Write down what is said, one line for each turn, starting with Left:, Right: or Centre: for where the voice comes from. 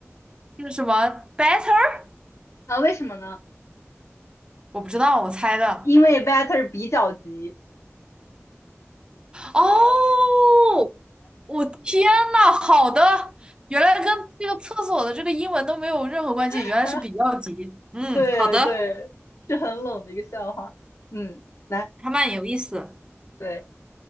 Right: 这个什么 better？
Left: 啊，为什么呢？
Right: 我不知道，我猜的。
Left: 因为 better 比较急。
Right: 哦，我天呐，好的，原来跟这个厕所的这个英文都没有任何关系，
Left: <laughs>
Right: 原来是比较级。嗯，
Left: <laughs> 对对，
Right: 好的，
Left: 是很冷的一个笑话。嗯，来，
Right: 还蛮有意思。
Left: 对，